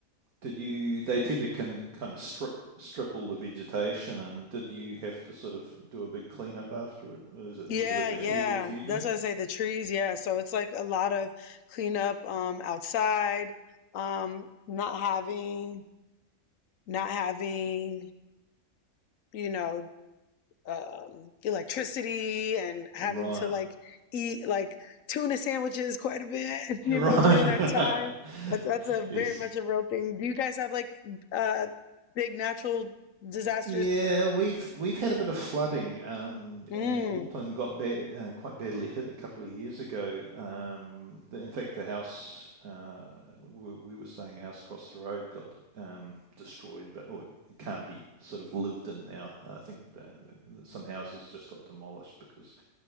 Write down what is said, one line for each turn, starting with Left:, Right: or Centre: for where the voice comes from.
Right: Did you? They tend to kind of, kind of strip strip all the vegetation, and did you have to sort of do a big cleanup after it? Was it
Left: Yeah,
Right: was it at
Left: yeah.
Right: that level for you
Left: That's
Right: guys?
Left: what I say, the trees, yeah. So it's like a lot of cleanup um outside, um not having not having, you know, um electricity and having
Right: Right,
Left: to like eat like tuna sandwiches quite a bit, <laughs> you
Right: <laughs> right.
Left: know, during that time. That's
Right: <laughs>
Left: that's a very
Right: Yes,
Left: much a real thing. Do you guys have like uh big natural disasters?
Right: Yeah, we've we've had a bit of flooding, um,
Left: Mm.
Right: and Auckland got ba uh, quite badly hit a couple of years ago. Um, the, in fact, the house uh, we, we were staying a house across the road got um, destroyed, but or it can't be sort of lived in now. I think the, the, some houses just got demolished because